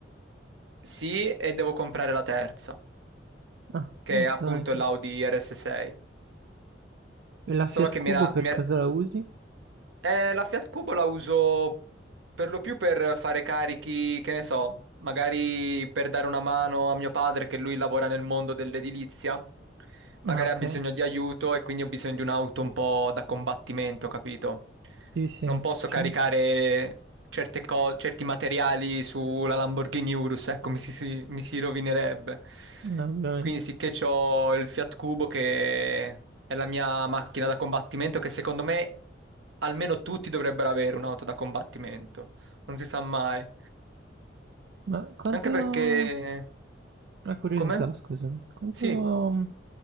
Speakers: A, on the right; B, on the right.
A: sì, e devo comprare la terza,
B: Ah,
A: che
B: molto
A: è appunto
B: interessante.
A: l'Audi RS6.
B: E la
A: Solo
B: Fiat
A: che
B: Cubo
A: mi era,
B: per
A: mi
B: cosa
A: era-
B: la usi?
A: Eh, la Fiat Cubo la uso per lo più per fare carichi, che ne so, magari per dare una mano a mio padre che lui lavora nel mondo dell'edilizia, magari
B: Ah, ok.
A: ha bisogno di aiuto e quindi ho bisogno di un'auto un po' da combattimento, capito?
B: Sì, sì,
A: Non posso
B: ci-
A: caricare certe co- certi materiali sulla Lamborghini Urus, ecco, mi si, si- mi si rovinerebbe.
B: eh, ovviamente.
A: Quindi sicché c'ho il Fiat Cubo che è la mia macchina da combattimento che secondo me almeno tutti dovrebbero avere un'auto da combattimento, non si sa mai.
B: Ma quanto...
A: Anche perché...
B: Una curiosità,
A: Come?
B: scusami, quanto...
A: Sì.